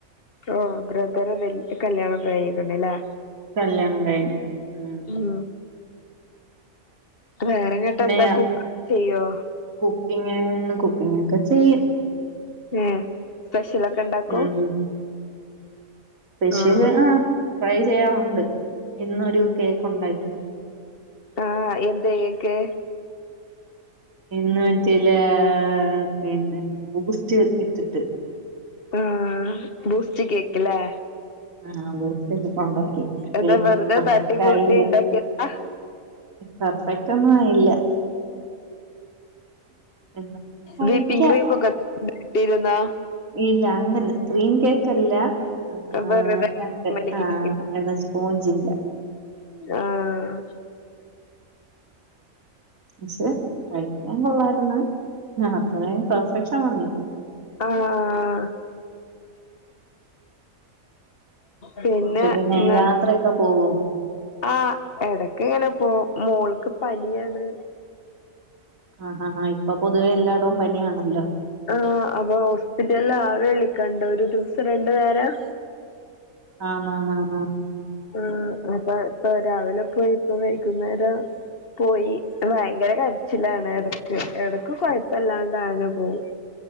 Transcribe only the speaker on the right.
കല്ല്യാണം കഴിഞ്ഞു ഉം
പിന്നെ
കുക്കിങ് കുക്കിങ് ഒക്കെ ചെയ്യും
ഉം ഉം. സ്പെഷ്യല്
ആ ട്രൈ ചെയ്യാറുണ്ട് ഇന്നൊരു കേക്ക് ഉണ്ടായിട്ട്
ഇന്ന് വറ്റല പിന്നെ ബൂസ്റ്റ് ഇട്ടിട്ട്
ആഹ് <unintelligible> ഉണ്ടാക്കി പക്ഷ
പെർഫെക്റ്റ്
ആയില്ലേ
പെർഫെക്റ്റ് ഒന്നും ആയില്ല എന്നാ കഴിക്കാം
ഇല്ല അങ്ങനെ ക്രീം കേക്കല്ല ആഹ്
ആഹ്
അതെ സ്പോഞ്ച്ന്റെ
പക്ഷേ കഴിക്കൻ കൊള്ളാായിരുന്നു ആഹ് ആത്രേം പെർഫെക്ഷൻ വന്നില്ല
അത്ര
യാത്രയൊക്കെ പോവോ
ആ ആ ആ ഇപ്പൊ പൊതുവേ എല്ലായിടും പനിയാണല്ലോ
ആഹ് ആഹ് ആഹ് ആഹ്